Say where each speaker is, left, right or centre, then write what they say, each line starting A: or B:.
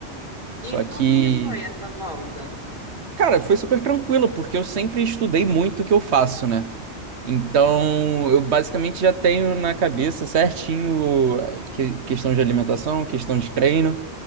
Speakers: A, on the right (about 75°); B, on the right (about 40°).
A: Só
B: e
A: que.
B: como que foi essa volta?
A: Cara, foi super tranquilo, porque eu sempre estudei muito o que eu faço, né? Então, eu basicamente já tenho na cabeça certinho eh, que- questão de alimentação, questão de treino.